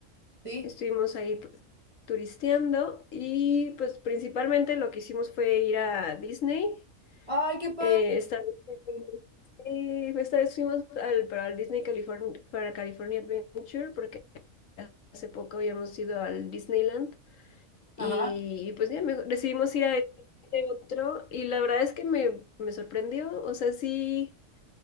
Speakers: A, on the right; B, on the left.
A: sí.
B: Estuvimos ahí pues, turisteando y pues principalmente lo que hicimos fue ir a Disney.
A: Ay, qué padre.
B: Eh, esta vez, eh, esta vez fuimos al, para el Disney California, para California Adventure porque hace poco habíamos ido al Disneyland
A: Ajá.
B: y, y pues ya me- decidimos ir a este otro y la verdad es que me, me sorprendió, o sea, sí,